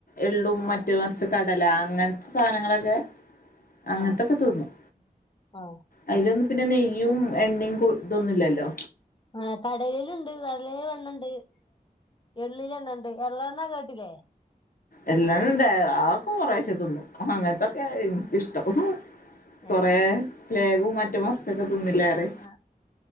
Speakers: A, on the left; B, on the left.
A: എള്ളും
B: ആ
A: മറ്റൊറച്ച് കടല അങ്ങനത്തെ സാധനളൊക്കെ അങ്ങനത്തൊക്കെ
B: ആ
A: തിന്നും
B: ആ
A: അയ്ലൊന്ന് പിന്നെ നെയ്യും എണ്ണേം കൊ ഇതൊന്നുല്ലല്ലോ
B: ആ കടേലുണ്ട് കടലേല് എണ്ണണ്ട് എള്ളിലെണ്ണെണ്ട് എള്ളെണ്ണ കേട്ടില്ലെ
A: എല്ലളെണ്ട് ആക്കൊ കൊറേശെ തിന്നും അങ്ങനത്തൊക്കെയ എനിക്കിഷ്ടം കൊറേ
B: ഏ
A: ലേഗവും മറ്റൊമർച്ചൊക്കെ തിന്നില്ലറെ
B: ആ